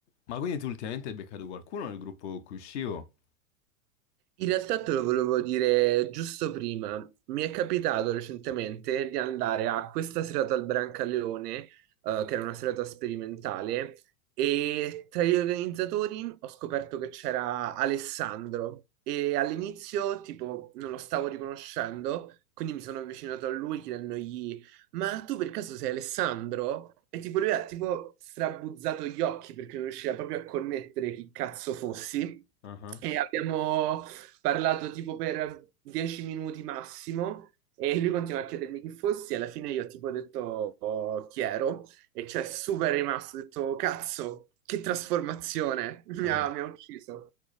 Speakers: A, on the left (about 50°); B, on the right (about 80°).
A: Ma quindi tu ultimamente hai beccato qualcuno nel gruppo con cui uscivo?
B: In realtà te lo volevo dire giusto prima, mi è capitato recentemente di andare a questa serata al Brancaleone, eh, che era una serata sperimentale, e tra gli organizzatori ho scoperto che c'era Alessandro e all'inizio tipo non lo stavo riconoscendo, quindi mi sono avvicinato a lui chiedendogli ma tu per caso sei Alessandro? E tipo lui ha tipo strabuzzato gli occhi perché non riusciva proprio a connettere chi cazzo fossi.
A: Ah
B: E abbiamo parlato tipo per 10 minuti massimo e lui continua a chiedermi chi fossi e alla fine io tipo ho detto oh, chi ero e cioè super rimasto, ho detto cazzo, che trasformazione, <laughs> mi
A: ah.
B: ha, mi ha ucciso.